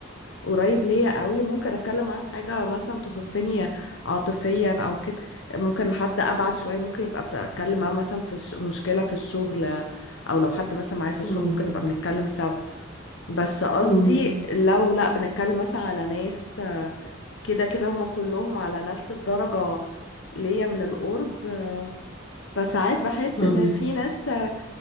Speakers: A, on the left (about 65°); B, on the left (about 25°).
A: قريب ليا قوي ممكن اتكلم معاه في حاجة مثلا تخصني عاطفيا او كده ممكن حد ابعد شوية ممكن يبقى في اتكلم معاه مثلا في الش- مشكلة في الشغل او لو حد مثلا معايا في الشغل
B: امم
A: ممكن نبقى بنتكلم سوا بس قصدي
B: امم
A: لو لا بنتكلم مثلا على ناس كده كده هما كلهم على نفس الدرجة ليا من القرب آه، فساعات بحس
B: امم
A: ان في ناس آه،